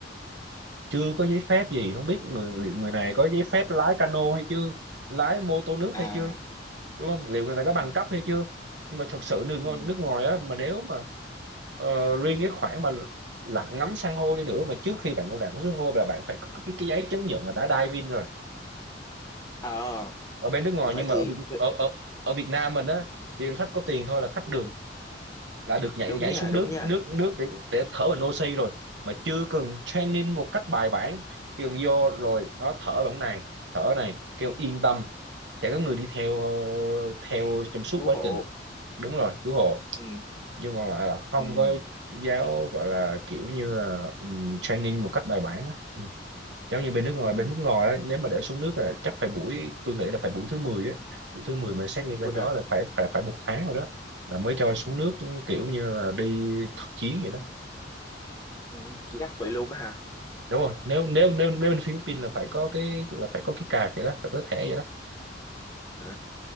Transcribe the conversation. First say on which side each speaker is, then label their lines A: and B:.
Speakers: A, on the right; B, on the left.
A: chưa có giấy phép gì không biết người, liệu người này có giấy phép lái cano hay chưa lái mô tô nước
B: à
A: hay chưa đúng không liệu người
B: ừ
A: này có bằng cấp hay chưa nhưng mà thật sự nước
B: ừ
A: ngoài, nước ngoài á mà nếu mà ờ, riêng cái khoản mà lặn ngắm san hô đi nữa mà trước khi bạn lặn san hô là bạn phải có cái, cái giấy chứng nhận là đã diving rồi
B: ờ
A: ở bên nước ngoài
B: vậy
A: nhưng mà
B: thì
A: ở Việt
B: ừ,
A: ở ở, ở Việt Nam mình á chỉ cần khách có tiền thôi là khách
B: ừ.
A: được là được nhảy
B: đúng
A: nhảy
B: nha
A: xuống
B: đúng
A: nước
B: nha
A: nước nước để, để thở bằng oxy rồi mà chưa cần training một cách bài bản chỉ cần vô rồi nó thở bằng này thở này kêu yên tâm sẽ có người đi theo ờ, theo trong suốt
B: cứu
A: quá
B: hộ
A: trình đúng rồi cứu hộ
B: ừ
A: chứ còn lại là không
B: ừ
A: có giáo gọi là kiểu như là ừm, training một cách bài bản á. Ừ giống như bên nước
B: ừ
A: ngoài bên nước ngoài á, nếu mà để xuống nước là chắc phải buổi tôi nghĩ là phải buổi thứ 10 á buổi thứ 10 mà xét nghiệm bên
B: ôi
A: đó
B: trời
A: là phải phải phải một tháng rồi đó là mới cho xuống nước kiểu như là đi thực chiến vậy đó
B: ừ, gắt vậy
A: Ừ.
B: luôn á hả
A: đúng rồi nếu nếu nếu nếu bên Philippines là phải có cái là phải có cái card vậy đó phải có thẻ vậy đó
B: à